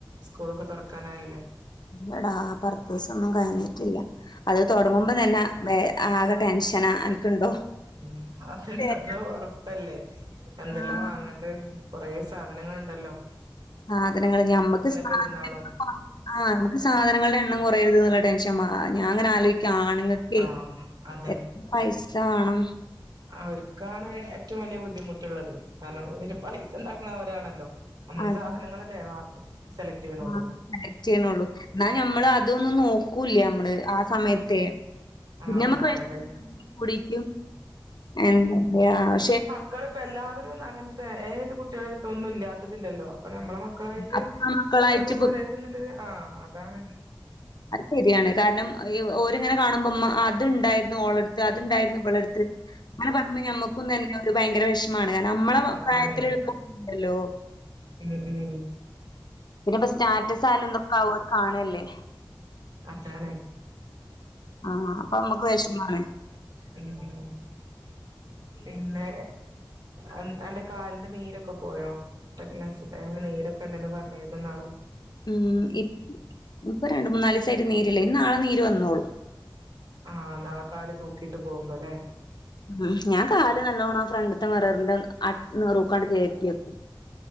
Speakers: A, on the right; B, on the left.
A: സ്കൂളൊക്കെ തുറക്കാനായില്ലേ
B: ഇല്ലടാ പർച്ചെയ്‌സ് ഒന്നും കഴിഞ്ഞിട്ടില്ല അത് തൊടങ്ങുമ്പം തന്ന ആകെ ടെൻഷനാ അനക്ക്ണ്ടോ
A: ഉം അതെന്താച്ചാ
B: തരണം
A: പുറത്തല്ലേ എന്തെല്ല
B: ആഹ്
A: വാങ്ങണ്ട് കുറേ സാധനങ്ങൾ ഉണ്ടല്ലോ
B: സാധനങ്ങൾ ഞമ്മക്ക് സാധനങ്ങള്
A: പെരുന്നാളും
B: ആഹ് മ്മുക്ക് സാധനങ്ങളുടെ എണ്ണം കുറയരുത് എന്നുള്ള ടെൻ <unintelligible> ഞാൻ ഇങ്ങനെ ആലോയിക്കും ആണുങ്ങക്കെ
A: ആഹ് അതെ
B: എത്ര പൈസ വേണം
A: അവർക്കാണ് ഏറ്റവും വലിയ ബുദ്ധിമുട്ടുള്ളത് കാരണം ഇതിന് പൈസ ഉണ്ടാക്കുന്ന അവരാണല്ലോ നമ്മള്
B: അത്
A: സാധനങ്ങളല്ലേ വാ സെലക്ട് ചെയ്യണുള്ളൂ
B: ആഹ് കളക്റ്റ് ചെയ്യ്ണൊള്ളൂ എന്നാ ഞമ്മൾ അതൊന്ന് നോ ക്കൂല്ല്യ നമ്മള് ആ സമയത്തെ പിന്നെ
A: ആഹ്
B: നമ്മുക്ക്
A: ആഹ്
B: വിഷമം
A: അതെ
B: <inaudible> കൂടിട്ട് എന്താ പറയാ പക്ഷെ
A: മക്കളിപ്പ എല്ലാവരും അങ്ങനത്തെ ഏത് കുട്ടികളടുത്തും ഒന്നും ഇല്ലാത്തതില്ലല്ലോ അപ്പൊ നമ്മളെ മക്കളായിട്ട്
B: അപ്പ മക്കളായിട്ട്
A: ഒന്നും
B: പ്
A: കൊറെയരുത് ന്ന്ള്ളൊരു ആഹ് അതാണ്
B: അത് ശെരിയാണ് കാരണം ഓരിങ്ങനെ കാണുമ്പോ മ്മ അത്ണ്ടായിരുന്നു ഓളെടുത്ത് അത്ണ്ടായിരുന്നു ഇവളെടുത്ത് <inaudible> അങ്ങനെ പറുമ്പോ ഞമ്മക്കും തന്നെ ഒരു ഭയങ്കര വെഷമാണ് കാരണം നമ്മളെ
A: അതാണ്
B: പ്രായത്തിൽ ഉൾക്കാ <unintelligible> ണ്ടല്ലോ
A: ഉം ഉം
B: പിന്നെ ഇപ്പ സ്റ്റാറ്റസ് ആയാലും ഇതോക്കെ ഓര് കാണല്ലേ
A: അതാണ്
B: ആഹ് അപ്പൊ നമ്മക്ക് വെഷമാണ്
A: ഉം ഉം പിന്നെ അൻ അന്റെ കാലിന്റെ നീരൊക്കെ പോയോ പിന്നെ കാലുമ്മേ നീരൊക്കെ ഉണ്ടന്ന് പറഞ്ഞിരുന്നുന്നാള്
B: ഉം ഇ ഇപ്പൊ രണ്ട് മൂന്നാലീസായിട്ട് നീരില്ല ഇനി നാളെ നീര് വന്നോളും
A: ആഹ് നാളെ കാല് തൂക്കിട്ട് പോകുമ്പോല്ലേ
B: ഉം ഞാൻ കാല് നല്ലോണ്ണം ആഹ് ഫ്രൻ്റ്ത്തെ മിററിൻ്റെ അഹ് നെറൂക്കാണ്ട് കേറ്റിക്കും